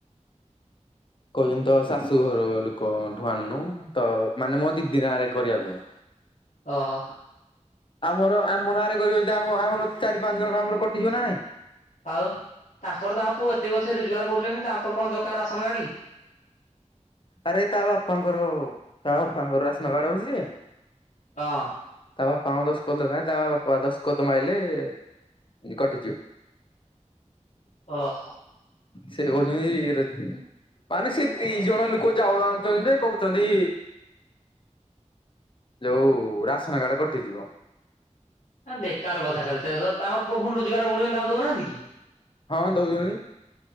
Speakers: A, on the left; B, on the left.
A: କହୁଛନ୍ତି ତ ଶାଶୁଘର ଲୋକଙ୍କଠୁ ଆଣନୁ। ତ ମାନେ ମୋ ଦିଦି ନାରେ କରିବା ପାଇଁ।
B: ଓହୋ
A: ଆମର ଆମ ନାଁରେ କରିବ ଆମ ଆମର ଚାରି ପାଞ୍ଚ ଜଣ ଆମର କଟିଯିବ ନା ନାହିଁ।
B: ଆଉ ତାଙ୍କର ତାଙ୍କ ପୁଅ ଏତେ କଛି ରୋଜଗାର କରୁଛନ୍ତି। ତାଙ୍କର କଣ ଦରକାର ରାସନ କାର୍ଡ କି।
A: ଆରେ ତା ବାପାଙ୍କର ତା ବାପାଙ୍କର ରାସନ କାର୍ଡ ଅଛି ଯେ
B: ହଁ
A: ତା ବାପାଙ୍କ ଦଶକତ ଲଗାଏ ତା ବାପା ଦଶକତ ମାରିଲେ କଟିଯିବ।
B: ଓହୋ
A: ସେ କହୁଚନ୍ତି ରେ ମାନେ ସେ ଦି ଜଣ ଲୋକ ଚାଉଳ ଆଣୁଛନ୍ତି ଯେ କହୁଛନ୍ତି ଯୋଉ ରାସନ କାର୍ଡ କଟିଯିବ।
B: ଆ ବେକାର କଥା ଖାଲି ତାଙ୍କ ପୁଣି ରୋଜଗାର କରୁଚନ୍ତି ତାଙ୍କୁ ଦଉନାହାନ୍ତି କି?
A: ହଁ ଦଉଛନ୍ତି।